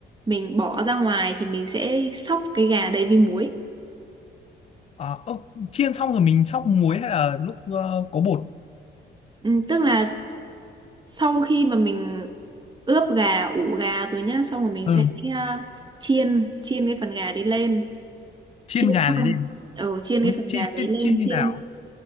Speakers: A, on the right (about 25°); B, on the left (about 30°).
A: mình bỏ ra ngoài thì mình sẽ xóc cái gà đấy với muối
B: à, ơ, chiên xong rồi mình xóc muối hay là lúc ờ, có bột
A: Ừ, tức là s- sau khi mà mình ướp gà, ủ gà rồi nhá, xong rồi mình
B: ừ.
A: sẽ à, chiên chiên cái phần gà đấy lên,
B: chiên
A: chiên
B: gà này
A: xong,
B: đi
A: ừ, chiên
B: Ủa,
A: cái phần gà
B: chiên chiên
A: đấy lên
B: chiên như
A: chiên,
B: nào